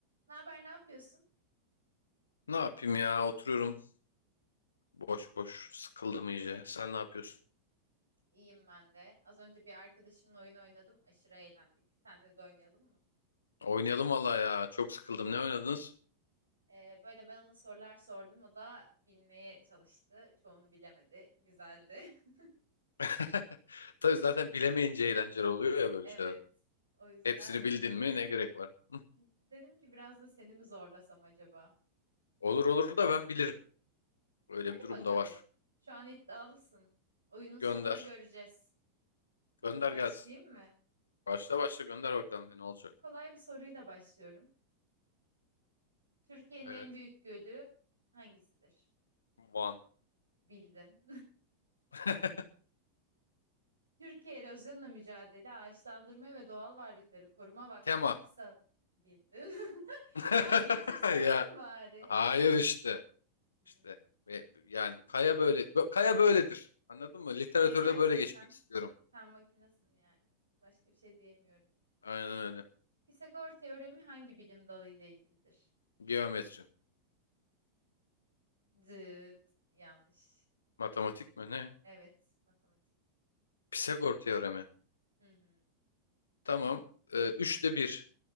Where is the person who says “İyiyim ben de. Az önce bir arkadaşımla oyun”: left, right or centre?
Right